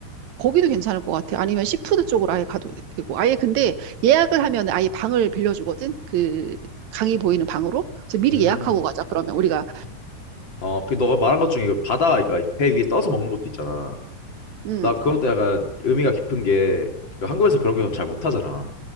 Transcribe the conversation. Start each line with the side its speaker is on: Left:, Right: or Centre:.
Right: 거기도 괜찮을 것 같아. 아니면 시푸드 쪽으로 아예 가도 되고. 아예 근데 예약을 하면 아예 방을 빌려주거든. 그 강이 보이는 방으로. 그래서 미리
Left: 음.
Right: 예약하고 가자. 그러면 우리가,
Left: 어, 그 너가 말한 것 중에 그 바다 그러니까 배 위에 떠서 먹는 것도 있잖아.
Right: 음,
Left: 나 그것도 약간 의미가 깊은 게 그 한국에서 그런 게 잘 못하잖아.